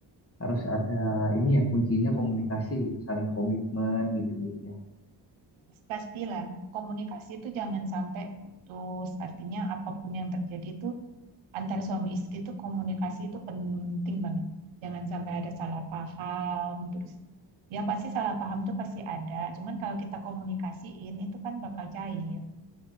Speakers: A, on the left; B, on the right.
A: harus ada ini ya kuncinya komunikasi gitu, saling komitmen gitu-gitu ya.
B: Pastilah komunikasi itu jangan sampai putus. Artinya apapun yang terjadi itu antara suami istri itu komunikasi itu penting banget. Jangan sampai ada salah paham terus ya pasti salah paham tuh pasti ada. Cuman kalau kita komunikasiin itu kan bakal cair.